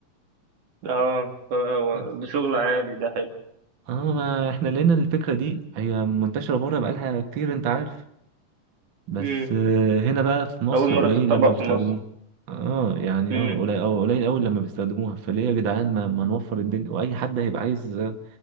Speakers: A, on the right (about 65°); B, on the right (about 50°).
A: اه آه،
B: بس.
A: ده شغل عالي ده حلو
B: اه ما احنا لقينا الفكره دي هي منتشره بره بقالها كتير انت عارف بس
A: امم
B: آه، هنا بقى في مصر
A: اول مرة
B: قليل
A: تتطبق
B: لما بيستخدموها
A: في مصر
B: اه يعني
A: امم
B: اه قليل اه قليل قوي لما بيستخدموها فليه يا جدعان ما, ما نوفر الدنيا واي حد هيبقى عايز آه،